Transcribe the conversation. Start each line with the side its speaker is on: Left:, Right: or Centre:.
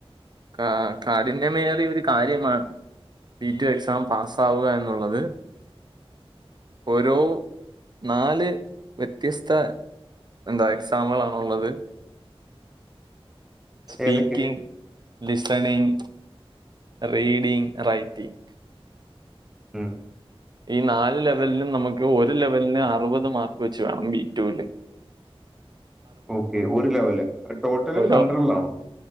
Right: കാ കാഠിന്യമേറിയൊര് കാര്യമാ ബി ടു എക്സാം പാസാവുക എന്നുള്ളത്. ഓരോ നാല് വ്യത്യസ്ത എന്താ എക്സാമുകളാണ് ഉള്ളത്. സ്പീക്കിംഗ്,
Centre: ഏതൊക്കെ
Right: ലിസണിങ്, റീഡിങ്, റൈറ്റിംഗ്
Centre: ഉം
Right: ഈ നാല് ലെവല് ലും നമക്ക് ഒരു ലെവല്ന് അറുപത് മാർക്ക് വെച്ച് വേണം ബി ടു ല്
Centre: ഓക്കെ ഒരു ലെവല് ടോട്ടല്
Right: ഓരോ
Centre: ഹൺഡ്രഡിലാണോ?